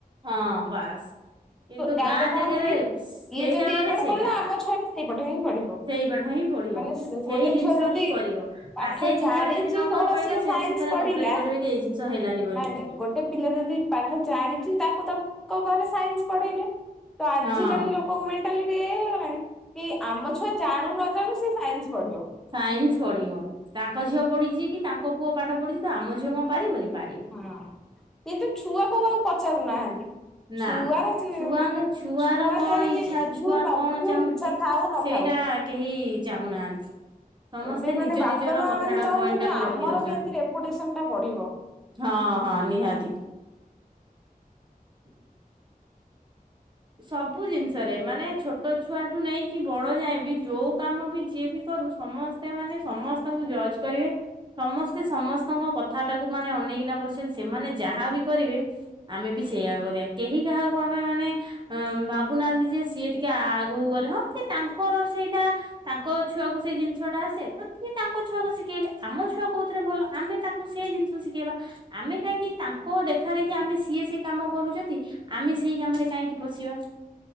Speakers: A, on the right; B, in the centre.
A: ହଁ ବାସ୍। କିନ୍ତୁ
B: ଗାଁରେ
A: ଗାଁ
B: କଣ
A: ଜାଗାରେ
B: କି
A: ସେଇଟା
B: ଇଏ ଯଦି
A: ମାନେ
B: ଏଇ ପାଠ
A: ସେଇଟା।
B: ପଢିଲା ଆମ ଛୁଆ ବି ସେଇ ପାଠ ହିଁ ପଢିବ।
A: ସେଇ ପାଠ ହିଁ ପଢିବ
B: ମାନେ
A: ସେଇ
B: ଗୋଟେ
A: ଜିନିଷ
B: ଛୁଆ ଯଦି
A: ହିଁ କରିବ।
B: ପାଠ
A: ଆ ସେଇ ଜିନିଷରେ
B: ଜାଣିଛି
A: ଯଦି ନ
B: ଧର
A: କରି ପାଇଲା
B: ସିଏ
A: ସେ
B: ସାଇନ୍ସ
A: ସେଥିରେ
B: ପଢିଲା
A: କମ୍ପ୍ଲେନ କରିବେ କି ଏଇ ଜିନିଷ ହେଲାନି ବୋଲି।
B: ନାଇଁ ଗୋଟେ ପିଲା ଯଦି ପାଠ ଜାଣିଛି ତାକୁ ତାଙ୍କ ଘରେ ସାଇନ୍ସ ପଢେଇଲେ। ତ ଆଜିିକାଲି
A: ହଁ
B: ଲୋକଙ୍କ ମେଣ୍ଟାଲିଟି ଏୟା ହେଇଗଲାଣି। କି ଆମ ଛୁଆ ଜାଣୁ ନ ଜାଣୁ ସେ ସାଇନ୍ସ ପଢିବ।
A: ସାଇନ୍ସ ପଢିବ ତାଙ୍କ ଝିଅ ପଢିଛି କି ତାଙ୍କ ପୁଅ ପାଠ ପଢିଛି ତ ଆମ ଝିଅ କଣ ପାରିବନି ପାରିବ।
B: ହଁ କିନ୍ତୁ ଛୁଆକୁ ଆଉ ପଚାରୁନାହାନ୍ତି।
A: ନା
B: ଛୁଆର ଚ
A: ଛୁଆଙ୍କ
B: ମାନେ
A: ଛୁଆର
B: ଛୁଆ
A: କଣ
B: ଟ ଆଣିକି
A: ଇଚ୍ଛା
B: ବୁଝୁ
A: ଛୁଆ
B: ନ
A: କଣ
B: ବୁଝୁ
A: ଚାହୁଁଛି
B: ଇଚ୍ଛା ଥାଉ ନଥାଉ।
A: ସେଇଟା କେହି ଚାହୁଁନାହାନ୍ତି। ସମସ୍ତେ
B: ଏବେ
A: ନିଜ
B: ମାନେ ବାପା
A: ନିଜର
B: ମା
A: କଥାଟା
B: ମାନେ ଚାହୁଁଛନ୍ତି
A: ପଏଣ୍ଟ ଟାକୁ ରଖି
B: ଆମର
A: ଦଉଛନ୍।
B: କେମିତି ରେପୁଟେସନ ଟା ବଢିବ
A: ହଁ ହଁ ନିହାତି। <inaudible> ସବୁ ଜିନିଷରେ ମାନେ ଛୋଟ ଛୁଆଠୁ ନେଇକି ବଡ ଯାଏଁ ବି ଯୋଉ କାମ ବି ଯିଏ ବି କରୁ ସମ ସେ ମାନେ ସମସ୍ତଙ୍କୁ ଜଜ୍ କରିବେ। ସମସ୍ତେ ସମସ୍ତଙ୍କ କଥା ଟାକୁ ମାନେ ଅନେଇକିନା ବସିଛନ୍ତି ସେମାନେ ଯାହାବି କରିବେ। ଆମେ ବି ସେଇଆ କରିବା କେହି କାହାକୁ ଆମେ ମାନେ। ଅ ଭାବୁନାହାନ୍ତି ଯେ ସିଏ ଟିକେ ଆଗକୁ ଗଲେ ହଁ ସେ ତାଙ୍କର ସେଇଟା। ତାଙ୍କ ଛୁଆକୁ ସେଇ ଜିନିଷ ଟା ଆସେ ତ ତିଏ ତାଙ୍କ ଛୁଆକୁ ଶିଖେଇଲେ ଆମ ଛୁଆ କୋଉଥିରେ ଭଲ ଆମେ ତା। କୁ ସେ ଜିନିଷ ଶିଖେଇବା ଆମେ କାହିଁକି ତାଙ୍କ ଦେଖା ଦେଖି ଆମେ ସିଏ ସି କାମ କରୁଛନ୍ତି। ଆମେ ସେଇ କାମରେ କାହିଁକି ପଶିବା।